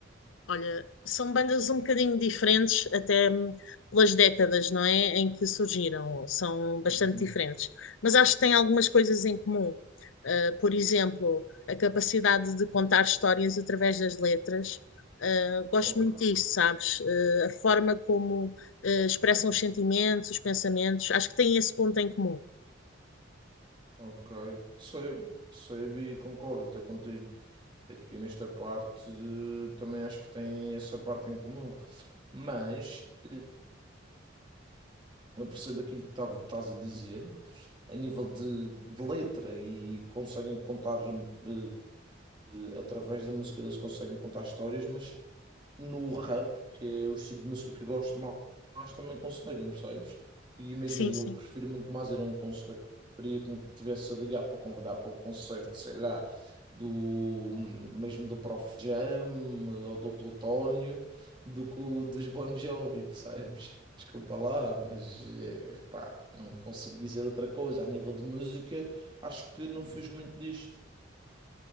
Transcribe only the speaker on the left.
Olha, são bandas um bocadinho diferentes, até hum, pelas décadas, não é? Em que surgiram, são bastante
diferentes. Mas acho que têm algumas coisas em comum. Uh, por exemplo, a capacidade de contar histórias através das letras. Uh, gosto
muito disso, sabes? Uh, a forma como, uh, expressam os sentimentos, os pensamentos. Acho que têm esse ponto em comum.
Sim,
sim.